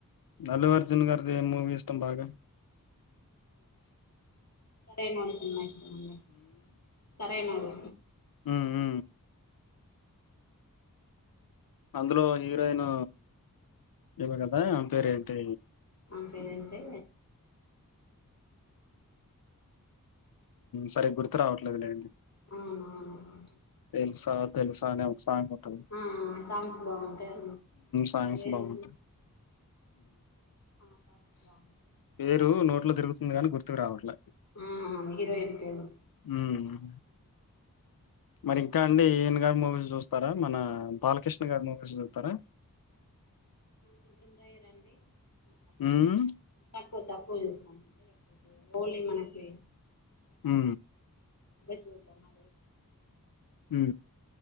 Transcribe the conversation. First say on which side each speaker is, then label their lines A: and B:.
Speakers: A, on the left; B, on the left.
A: అల్లు అర్జున్ గారిది ఏ మూవీ ఇష్టం బాగ
B: సరైనోడు సినిమా ఇష్టం అండి సరైనోడు
A: హు హు అందులో హీరోయిన్ ఏమ కదా సరేంటి
B: అంతే అంతే
A: సరే గుర్తు రావట్లేదులేండి
B: ఆ ఆ
A: తెలుసా తెలుసా సాంగ్ఉంటంది
B: ఆ సాంగ్స్ బాగుంటాయి అ
A: సాంగ్స్
B: ఏది
A: బాగుంటాయి
B: ఆ సాంగ్స్ బాగుంటాయి
A: పేరు
B: ఆ మూవీ
A: నోట్లో తిరుగుతుంది గాని గుర్తుకు రావట్లే
B: ఆ హీరోయిన్ పేరు
A: హ్మ్. మరి ఇంకా అండి ఈన్ గారు మూవీస్ చూస్తారా మన బాలకృష్ణ గారీ మూవీస్ చతార
B: కొంచెం రేర్ అండి తక్కువ
A: హ్మ్.
B: తక్కువ తక్కువ చూస్తాం హోలి మనకి
A: హు
B: చూ మ
A: హు